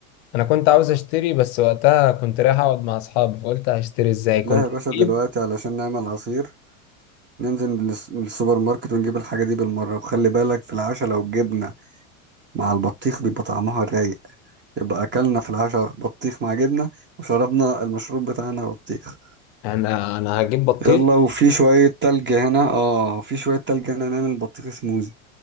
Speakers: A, on the left; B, on the right.
A: انا كنت عاوز اشتري بس وقتها كنت رايح اقعد مع اصحابي فقلت هشتري ازاي كنت
B: لا يا باشا دلوقتي
A: هجيب
B: علشان نعمل عصير ننزل للس- للسوبر ماركت ونجيب الحاجة دي بالمرة وخلي بالك في العشاء لو الجبنة مع البطيخ بيبقى طعمها رايق يبقى أكلنا في العشاء بطيخ مع جبنة وشربنا المشروب بتاعنا بطيخ
A: انا انا هجيب بطيخ
B: يلا وفي شوية تلج هنا اه وفي شوية تلج هنا نعمل بطيخ سموزي